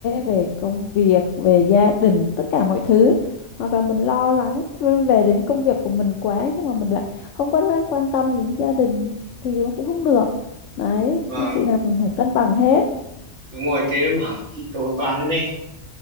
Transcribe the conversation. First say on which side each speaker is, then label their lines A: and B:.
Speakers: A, on the left; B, on the right.
A: về công việc về gia đình tất cả mọi thứ hoặc là mình lo lắng về đến công việc của mình quá nhưng mà mình lại không có ra quan tâm đến gia đình thì nó cũng không được đấy
B: vâng
A: nên chị nào mình phải cân bằng hết
B: đúng rồi thế mà <laughs> chị cầu toàn lên